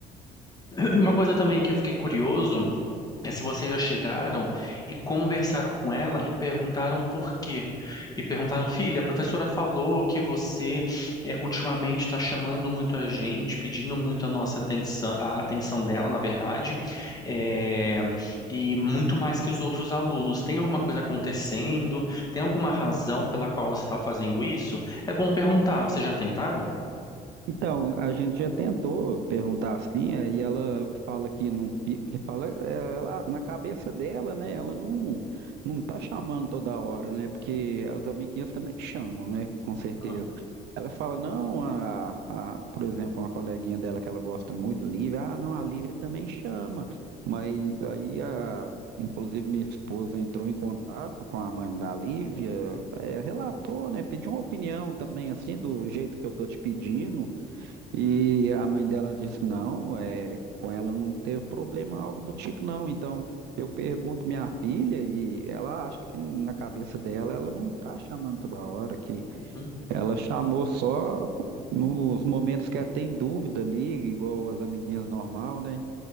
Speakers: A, on the left; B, on the right.
A: E Uma coisa também que eu fiquei curioso é se vocês já chegaram e conversaram com ela e perguntaram por quê. E perguntaram, filha, a professora falou que você é, ultimamente está chamando muito a gente, pedindo muito a nossa atenção, a atenção dela, na verdade, é, e muito mais que os outros alunos. Tem alguma coisa acontecendo? Tem alguma razão pela qual você está fazendo isso? É bom perguntar. Vocês já tentaram?
B: Então, a gente já tentou perguntar assim, aí ela fala que não, fi- que fala, é, ela, na cabeça dela, né, ela não, não tá chamando toda hora, né, porque as amiguinhas também chamam, né, com certeza.
A: Ah,
B: Ela fala, não, a, a, por exemplo, uma coleguinha dela que ela gosta muito, Lívia, ah, não, a Lívia também chama, mas aí, a, inclusive, minha esposa entrou em contato com a mãe da Lívia, é, relatou, né, pediu uma opinião também, assim, do jeito que eu tô te pedindo, e a mãe dela disse: não, é, com ela não teve problema, algo do tipo, não. Então eu pergunto minha filha e ela acha que na cabeça dela ela não tá chamando toda hora, que
A: uhum.
B: ela chamou só nos momentos que ela tem dúvida ali, igual as amiguinhas normal, né?